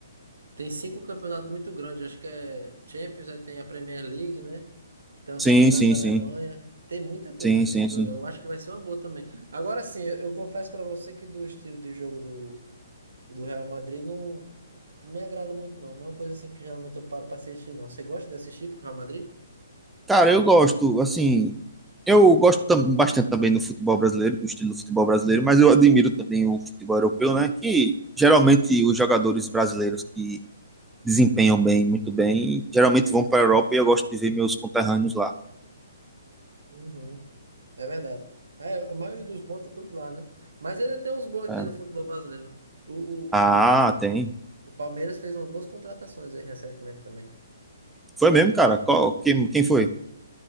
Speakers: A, on the right; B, in the centre.
A: Tem cinco campeonatos muito grandes, acho que é Champions, aí tem a Premier League, né? Tem o
B: Sim,
A: Campeonato
B: sim,
A: da Alemanha.
B: sim.
A: Tem muita coisa
B: Sim, sim,
A: que ele ganhou.
B: sim.
A: Eu acho que vai ser uma boa também. Agora sim, eu, eu confesso pra você que do estilo de jogo do, do Real Madrid não, não me agrada muito, não. Não é uma coisa assim que geralmente eu paro pra assistir, não. Você gosta de assistir pro Real Madrid?
B: Cara, eu gosto, assim, eu gosto tam- bastante também do futebol brasileiro, do estilo do futebol brasileiro, mas eu admiro também o futebol europeu, né? Que geralmente os jogadores brasileiros que desempenham bem, muito bem, geralmente vão para a Europa e eu gosto de ver meus conterrâneos lá.
A: Uhum. É verdade. Ah, É, a maioria dos bons tá tudo lá, né? Mas ele tem uns bons aqui
B: É.
A: no futebol brasileiro. O,
B: Ah,
A: o, o,
B: tem.
A: o Palmeiras fez umas boas contratações aí recentemente também.
B: Foi mesmo, cara? Qual, quem, quem foi?